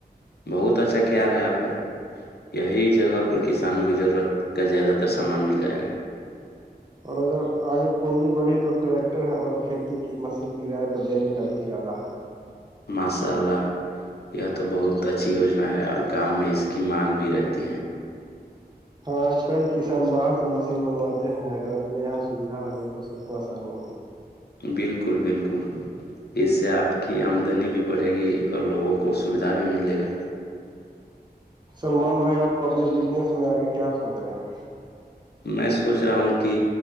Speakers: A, on the left; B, on the right.
A: بہت اچھا خیال ہے آپ پ <unintelligible> یہی جگہ پر کسانوں کی ضرورت کا زیادہ تر سامان مل جائے گا
B: اور اگر آگے پونجی بڑھی تو ٹریکٹر اور کھیتی کی مشین کرای پرہ دینے کا بھی ارادہ ہے
A: ماشاء اللہ یہ تو بہت اچھی یوجنا ہے اور گاؤں میں اس کی مانگ بھی رہتی ہیں
B: ہاں کئی کسان باہر سے مشین منگواتے ہیں اگر اپنے یہاں سویدھا ہو جائے تو سب کو آسانی ہوگی
A: بالکل بالکل اس سے آپ کی آمدنی بھی بڑھے گی اور لوگوں کو سویدھا بھی ملے گا
B: سلمان بھائی آپ کو اپنے بزنس میں آگے کیا سوچ رہے ہیں
A: میں سوچ رہا ہوں کہ